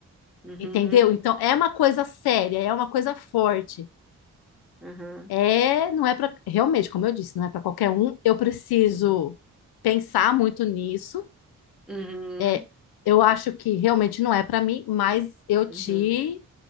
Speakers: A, in the centre; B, on the left.
A: uhum,
B: entendeu? Então é uma coisa séria, é uma coisa forte.
A: uhum,
B: É, não é para realmente, como eu disse, não é para qualquer um. Eu preciso
A: uhum,
B: pensar muito nisso.
A: uhum,
B: É, eu acho que realmente não é para mim, mas eu
A: uhum.
B: te